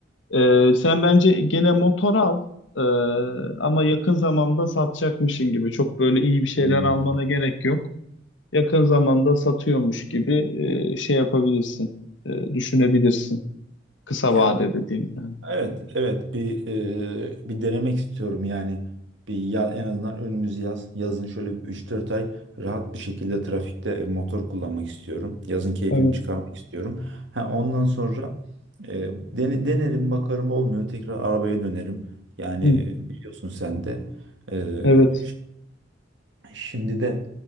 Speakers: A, on the left; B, on the right.
A: Ee, sen bence gene motor al Ee, ama yakın zamanda satacakmışın gibi. Çok böyle iyi bir şeyler
B: Hmm.
A: almana gerek yok. Yakın zamanda satıyormuş gibi e, şey yapabilirsin, e, düşünebilirsin. Kısa
B: Ya
A: vade dediğim yani.
B: Evet, evet bir e, bir denemek istiyorum yani. Bir ya, en azından önümüz yaz. Yazın şöyle bir 3-4 ay rahat bir şekilde trafikte e, motor kullanmak istiyorum. Yazın keyfini
A: Evet.
B: çıkarmak istiyorum. Ha, ondan sonra e, dene- denerim bakarım olmuyor. Tekrar arabaya dönerim. Yani
A: Hı,
B: e, biliyorsun sen de. E,
A: Evet.
B: ş- şimdi de